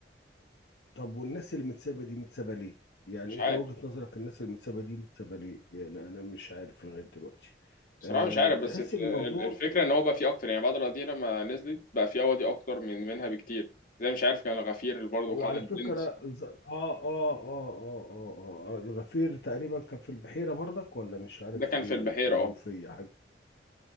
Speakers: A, on the left (about 65°); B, on the left (about 50°).
A: طب والناس اللي متسابة دي متسابة ليه يعني
B: مش
A: انت
B: عارف
A: وجهة نظرك الناس اللي متسابة دي متسابة ليه يعني انا مش عارف لغاية دلوقتي
B: بصراحة
A: أه
B: مش عارف
A: تحس
B: بس الف- ال-
A: ان الموضوع
B: الفكرة ان هو بقى فيه اكتر يعني بعد القضية لما نزلت بقى فيه قواضي اكتر من منها بكتير زي مش عارف كان الغفير اللي برضه
A: او
B: خد
A: على
B: البنت
A: فكرة ز- اه اه اه اه اه, آه, آه الغفير تقريبا كان في البحيرة برضك ولا مش عارف
B: ده كان
A: فين
B: في البحيرة
A: في المنوفية
B: اه
A: حاجة